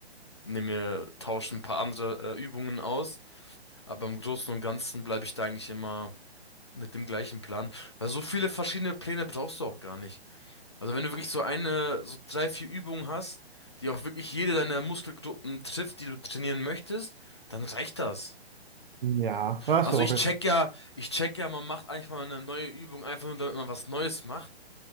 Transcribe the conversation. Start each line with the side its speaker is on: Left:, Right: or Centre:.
Left: nehme mir, tausche ein paar andere äh, Übungen aus. Aber im Großen und Ganzen bleibe ich da eigentlich immer mit dem gleichen Plan. Weil so viele verschiedene Pläne brauchst du auch gar nicht. Also wenn du wirklich so eine, so drei, vier Übungen hast, die auch wirklich jede deiner Muskelgruppen trifft, die du trainieren möchtest, dann reicht das.
Right: Ja, hast
Left: Also
Right: du auf
Left: ich
Right: jeden
Left: check
Right: Fall.
Left: ja, ich check ja, man macht eigentlich mal eine neue Übung, einfach nur damit man was Neues macht.